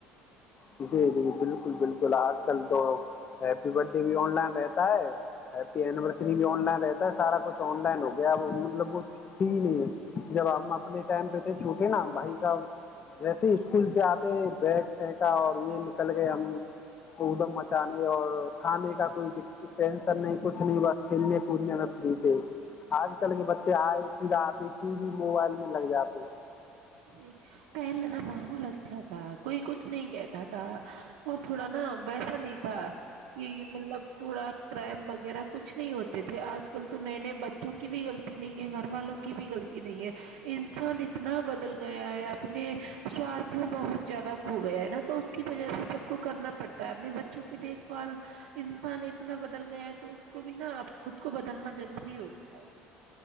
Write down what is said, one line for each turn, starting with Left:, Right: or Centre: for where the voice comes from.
Left: جی جی جی بالکل بالکل آج کل تو ہیپی برت ڈے بھی آن لائن رہتا ہے ہیپی اینیورسری بھی آن لائن رہتا ہے سارا کچھ آن لائن ہو گیا اب مطلب ت نہیں ہے جب آپ اپنے ٹائم پہ تھے چھوٹے نا بھائی صاحب جیسے ہی اسکول سے آتے بیگ پھینکا اور یہ نکل گئے ہم ادم مچانے اور کھانے کا کوئی ٹ نہیں کچھ نہیں بس کھیلنے کودنے میں فری سےے آج کل کے بچے آئے سیدھا آ ج ٹی وی موبائل میں لگ جاتا
Right: ج پہلا ماحول اچھا تھا کوئی کچھ کچ نہیں کہتا تھا اور تھوڑا نا ویسا نہیں تھا کہ مطلب تھوڑا کرائم وغیرہ کچھ نہیں ہوتے تھے آج کل تو نئے نئے بچوں کی بھی غلی نہیں ہے گھر والوں کی بھی غلطی نہیں ہے انسان بدل گیا ہے اپنے سوارھ میں بہت زیادہ کھو گیا ہے نا تو کی وجہ سے سب کو کرنا پڑتا ہے اپنے بچوں کی دیکھ بھال انسان اتنا بدل گیا ہے تو اس کو بھی نا اب خود کو بدلنا ضروری ہوگا